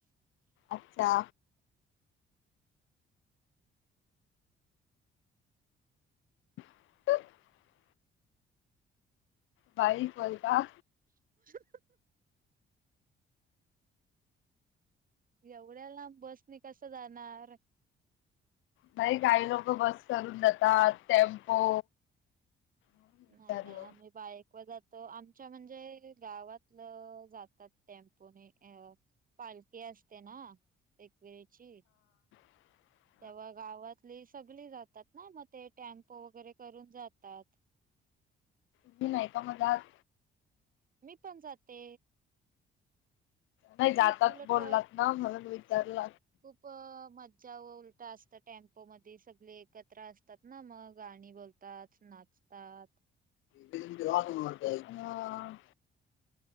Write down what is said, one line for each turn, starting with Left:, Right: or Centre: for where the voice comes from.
Left: अच्छा. <unintelligible> बाईक वर का?
Right: <unintelligible> एवढ्या लांब बसने कस जाणार?
Left: नाही काही लोक बस करून जातात. टेम्पो विचारलं
Right: नाही नाही आम्ही बाईक वर जातो. आमच्या म्हणजे गावातलं जातात टेम्पोने ए अ पालखी असते ना एकविरेची.
Left: <inaudible>
Right: तेव्हा गावातली सगळी जातात ना. मग ते टॅम्पो वगैरे करून जातात.
Left: तुम्ही नाही का मग जात?
Right: मी पण जाते.
Left: नाही जातात
Right: खूप उलट
Left: बोललात ना म्हणून विचारल?
Right: खूप मज्जा व उलट असत टॅम्पो मध्ये सगळे एकत्र असतात ना मग गाणी बोलतात, नाचतात.
Left: तीन ग्लास म्हणून म्हणते. हा.